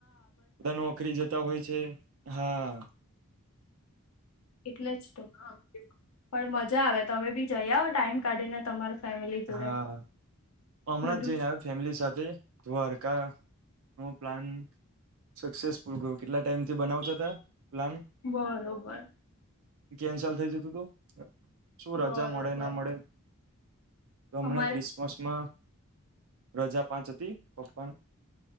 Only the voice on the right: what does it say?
બધા નોકરી જતા હોય છે હા.
હા હમણાં
જ જઈને આવ ફેમિલી સાથે દ્વારકા પ્લાન સક્સેસ ફુલ ગયો કેટલા ટાઈમ થી બનાવતા પ્લાન
કેન્સલ થઇ જતું તું શું
રજા મળે ના મળે તમને
ક્રિસમસમાં રજા પાંચ હતી તો પણ